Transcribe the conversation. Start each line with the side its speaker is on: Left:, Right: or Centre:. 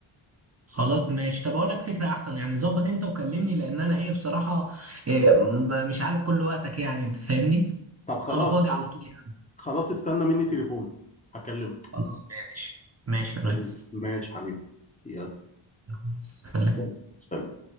Right: خلاص ماشي طب اقول لك فكره احسن يعني ظبط انت وكلمني لان انا ايه بصراحه إيه م- مش عارف كل وقتك يعني انت فاهمني
Left: طب خلاص
Right: انا فاضي على
Left: اس-
Right: طول يعني
Left: خلاص استنى مني تليفون هكلمك
Right: خلاص ماشي ماشي يا ريس
Left: حبيبي ماشي حبيبي يلا
Right: يلا، سلام
Left: سلام سلام.